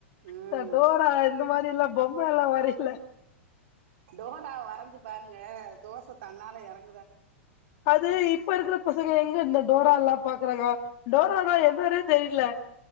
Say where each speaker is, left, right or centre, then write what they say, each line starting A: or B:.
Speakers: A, on the right; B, on the left.
A: ம்
B: ட டோரா இந்த மாதிரி இல்ல பொம்ம எல்லாம் வரையில
A: டோரா வரைஞ்சு பாருங்க தோச தன்னால இறங்
B: அது இப்ப இருக்கிற பசங்க எங்க இந்த டோரா எல்லாம் பாக்குறாங்க டோரானா என்னானே தெரியல